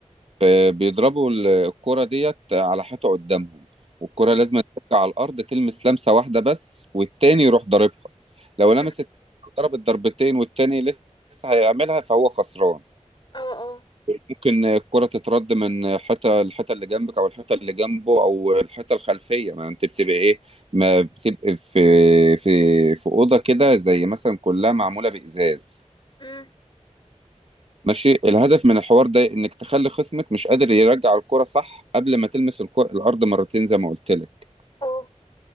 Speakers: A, on the right (about 55°); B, on the left (about 40°).
A: آه، بيضربوا ال- الكورة ديت على حيطة قدامهم والكورة
B: مم،
A: لازم ترجع على الأرض تلمس لمسة واحدة بس والتاني يروح ضاربها لو
B: مم.
A: لمست ضربت ضربتين والتاني لسه هيعملها فهو خسران
B: اه اه
A: ممكن الكرة تترد من حتة الحتة اللي جنبك أو الحتة اللي جنبه أو الحتة الخلفية ما أنت بتبقى إيه ما بتبقى في في في أوضة كده زي مثلا كلها معمولة بإزاز
B: مم،
A: ماشي الهدف من الحوار ده إنك تخلي خصمك مش قادر يرجع الكرة صح قبل ما تلمس الكرة الأرض مرتين زي ما قلت لك
B: اه